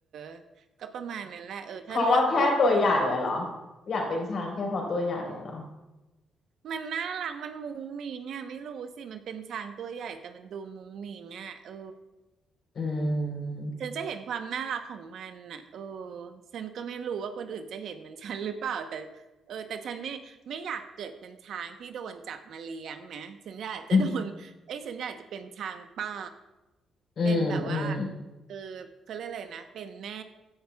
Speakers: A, on the right; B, on the left.
A: อก็ประมาณนั้นแหละเออถ้าเลือกเกิดได้
B: เพราะว่าแค่ตัวใหญ่อะเหรอ
A: <laughs> ถ้า
B: อยากเป็นช้างแค่เพราะตัวใหญ่อะเหรอ
A: มันน่ารักมันมุ้งมิ้งอ่ะไม่รู้สิมันเป็นช้างตัวใหญ่แต่มันดูมุ้งมิ้งอ่ะเออ
B: อืม
A: ฉันจะเห็นความน่ารักของมันน่ะเออฉันก็ไม่รู้ว่าคนอื่นจะเห็นเหมือนฉันหรือเปล่าแต่เออแต่ฉันไม่ไม่อยากเกิดเป็นช้างที่โดนจับมาเลี้ยงนะฉันอยากจะโดนเอ้ยฉันอยากจะเป็นช้างป่า
B: <laughs> อืมอืม
A: เป็นแบบว่า เออเขาเรียกอะไรนะเป็นแม่